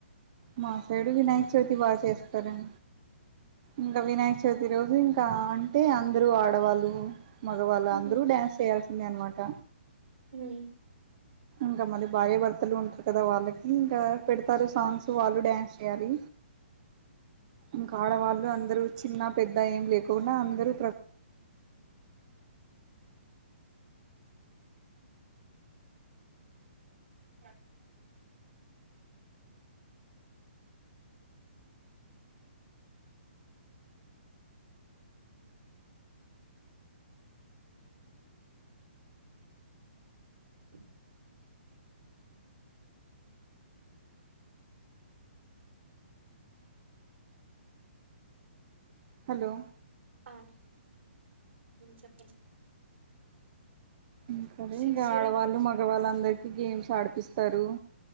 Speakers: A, on the right (about 35°); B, on the right (about 80°).
A: మాసైడు వినాయక చవితి బా చేస్తారం
B: ఉహు
A: ఇంకా వినాయక చవితి రోజు ఇంకా అంటే అందరు ఆడవాళ్ళు మగవాళ్ళు
B: ఉమ్
A: అందరూ డ్యాన్స్ చేయాల్సిందే అనమాట
B: మ్
A: ఇంకా మళ్ళీ భార్యభర్తలు ఉంటారు కదా వాళ్ళకి ఇంకా పెడుతారు సాంగ్స్ వాళ్ళు డ్యాన్స్ చేయాలి ఇంకా ఆడవాళ్ళు అందరూ చిన్న పెద్ద ఏం లేకోకుండా అందరూ ప్ర
B: అ అ
A: హలో
B: ఆ చెప్పండి
A: ఇంకారే
B: సిక్స్
A: ఇంకా
B: జీరో
A: ఆడవాళ్ళు
B: నైన్
A: మగవాళ్ళు అందరికి గేమ్స్ ఆడిపిస్తారు